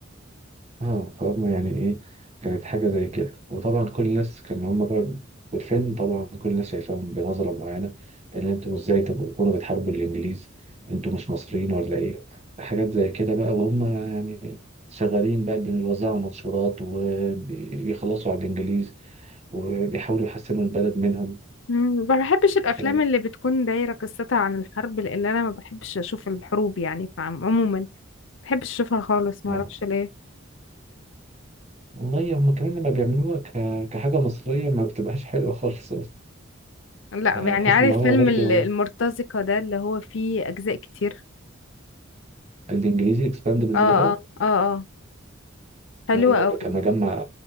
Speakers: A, on the right (about 35°); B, on the left (about 65°).
A: اه فهم يعني ايه كانت حاجة زي كده وطبعا كل الناس كان هم بقى في الفيلم طبعا كل الناس شايفاهم بنظرة معينة ان انتوا ازاي تكونوا بتحاربوا الانجليز انتوا مش مصريين ولا ايه حاجات زي كده بقى وهم يعني شغالين بقى بيوزعوا منشورات وبيخلصوا على الانجليز وبيحاولوا يحسنوا البلد منهم
B: مم. ما بحبش الأفلام
A: ف
B: اللي بتكون دايرة قصتها عن الحرب لأن أنا ما بحبش أشوف الحروب يعني فعموما ما بحبش أشوفها خالص ما
A: اه
B: أعرفش ليه
A: والله هم كمان لما بيعملوها ك... كحاجة مصرية ما بتبقاش حلوة خالص أصلا
B: لا
A: هتحس
B: يعني عارف
A: إن هو
B: فيلم
A: برضه
B: ال- المرتزقة ده اللي هو فيه أجزاء كتير
A: الإنجليزي إكسباندبلز
B: اه
A: ده اه
B: اه اه اه حلوة
A: أيوه
B: أوي
A: اللي كان مجمع